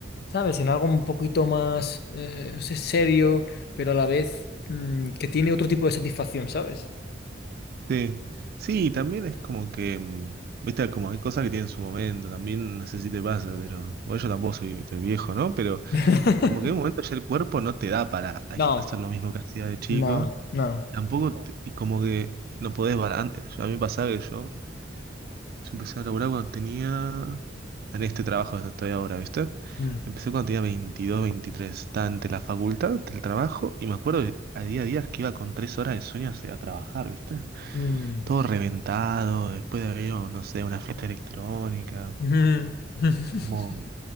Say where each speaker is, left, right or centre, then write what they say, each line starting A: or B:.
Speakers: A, on the left; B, on the right.
A: ¿sabes? En algo un poquito más, eh, no sé, serio, pero a la vez mm, que tiene otro tipo de satisfacción, ¿sabes?
B: Sí. Sí, también es como que, mm, ¿viste? Como hay cosas que tienen su momento, también no sé si te pasa, pero bueno, yo tampoco soy, estoy viejo, ¿no? Pero
A: <laughs>
B: como que en un momento ya el cuerpo no te da para ahí-
A: No,
B: hacer lo mismo que hacía de chico.
A: no, no.
B: Tampoco, te- y como que no podés, balan- a mí me pasaba que yo... Yo empecé a laburar cuando tenía... En este trabajo donde estoy ahora, ¿viste?
A: Mm,
B: Empecé cuando tenía 22, 23. Estaba entre la facultad, entre el trabajo. Y me acuerdo de- a día a día que iba con tres horas de sueño hacia- a trabajar, ¿viste?
A: mm,
B: Todo reventado, después de haber ido, no sé, a una fiesta electrónica.
A: mm, <laughs>
B: Como